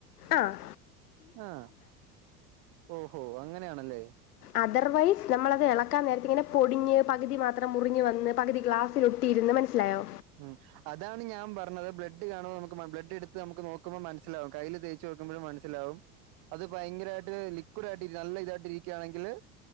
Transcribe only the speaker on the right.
ആഹ് ഓഹോ അങ്ങനെയാണല്ലേ
മ് അതാണ് ഞാം പറഞ്ഞത് ബ്ലഡ് കാണുമ്പോ നമ്മക്ക് ബ്ലഡ്ട്ത്ത് നോക്കുമ്പോ മനസ്സിലാവും കയ്യില് തേച്ച് നോക്കുമ്പോഴും മനസിലാവും അത് ഭയങ്കരമായിട്ട് ലിക്വിഡായിട്ട് നല്ല ഇതായിട്ട് ഇരിക്കുവാണെങ്കില്